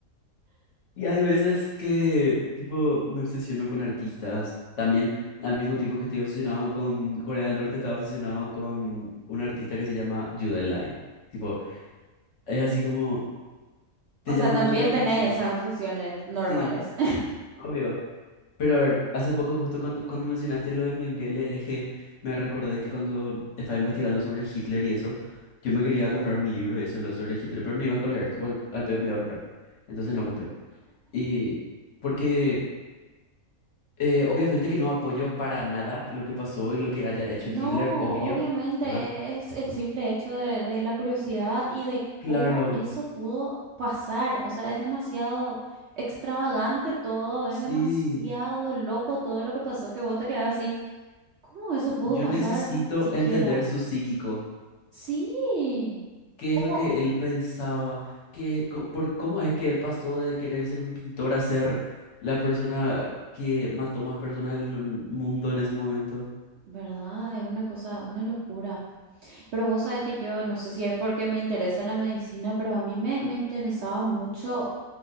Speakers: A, on the left; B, on the right.
A: Y hay veces que, tipo, me obsesiono con artistas. También, al mismo tiempo que estoy obsesionado con Corea del Norte, estaba obsesionado con un artista que se llama Jude Line. Tipo, es así como,
B: O
A: te
B: sea,
A: llama
B: también
A: mucho la atención.
B: tenés esas obsesiones normales.
A: Sí,
B: <laughs>
A: obvio. Pero a ver, hace poco justo cuando, cuando mencionaste lo de Mengele, es que me recordé que cuando estaba investigando sobre Hitler y eso, yo me quería comprar un libro y eso lo sobre Hitler, pero no iba a leer, tipo al, al pedo me iba a comprar. Entonces no compré. Y porque eh, obviamente que no apoyo para nada lo que pasó y lo que haya hecho
B: No,
A: Hitler, obvio,
B: obviamente
A: ¿verdad?
B: es el simple hecho de, de la curiosidad y de
A: Claro,
B: cómo eso pudo pasar. O sea, es demasiado extravagante todo, es
A: sí.
B: demasiado loco todo lo que pasó que vos te quedás así. ¿Cómo eso pudo
A: Yo
B: pasar
A: necesito
B: siquiera?
A: entender su psíquico.
B: Sí,
A: qué
B: ¿cómo?
A: es lo que él pensaba, qué, co- por, cómo es que él pasó de querer ser un pintor a ser la persona que mató más personas del mundo en ese momento.
B: ¿Verdad? Es una cosa, una locura. Pero vos sabés que yo, no sé si es porque me interesa la medicina, pero a mí me, me interesaba mucho